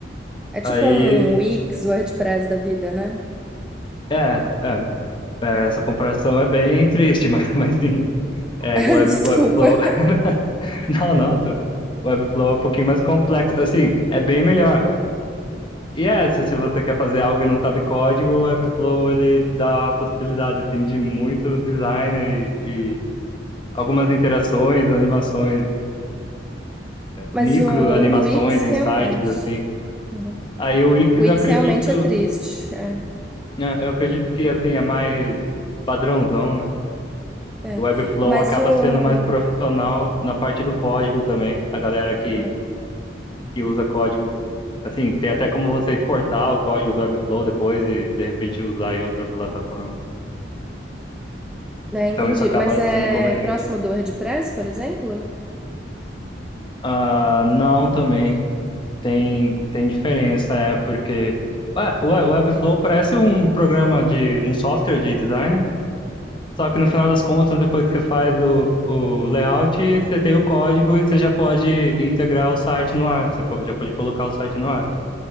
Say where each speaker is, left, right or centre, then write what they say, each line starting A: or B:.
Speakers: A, in the centre; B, on the left.
A: É
B: Aí,
A: tipo um Wix, WordPress da vida, né?
B: é, é, é, essa comparação é bem triste, <laughs> mas, mas sim. É,
A: <laughs> Desculpa.
B: que o Web, Webflow. <laughs> <laughs> Não, não. tu- Webflow é um pouquinho mais complexo. Assim, é bem melhor. E é, se, se você quer fazer algo e não sabe código, o Webflow ele dá a possibilidade assim, de muito designer e, e algumas interações, animações,
A: Mas
B: micro
A: o
B: animações,
A: o Wix
B: insights,
A: realmente.
B: assim.
A: Uhum.
B: Aí o Wix
A: O Wix
B: eu acredito,
A: realmente é triste. É,
B: né, eu acredito que assim, é mais padrãozão, né?
A: é.
B: O Webflow
A: Mas
B: acaba
A: o.
B: sendo mais profissional na parte do código também. A galera que
A: Uhum.
B: que usa código. Assim, tem até como você exportar o código do Webflow depois e de repente usar em outra plataforma.
A: É, entendi.
B: Então isso acaba
A: Mas é
B: sendo conveniente.
A: próximo do WordPress, por exemplo?
B: Ah, não, também tem, tem diferença, é porque ah, o Web- o Webflow parece um programa de um software de designer, só que no final das contas, depois que você faz o, o layout, você tem o código e você já pode integrar o site no ar, você po- já pode colocar o site no ar.